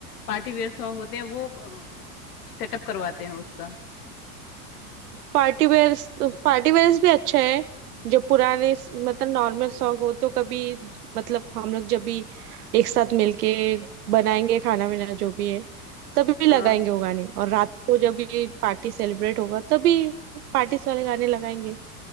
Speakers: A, on the left (about 80°); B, on the right (about 75°).
A: पार्टी वेयर सॉन्ग होते हैं वो सेटअप करवाते हैं उसका
B: Party wear पार्टी वेयर्स भी अच्छा है जो पुराने मतलब नॉर्मल सॉन्ग हो तो कभी मतलब हम लोग जब भी एक साथ मिलके बनाएंगे खाना वाना जो भी है तभी लगाएंगे
A: हाँ।
B: वो गाने और रात को जब भी पार्टी सेलिब्रेट होगा तभी पार्टीज वाले गाने लगाएंगे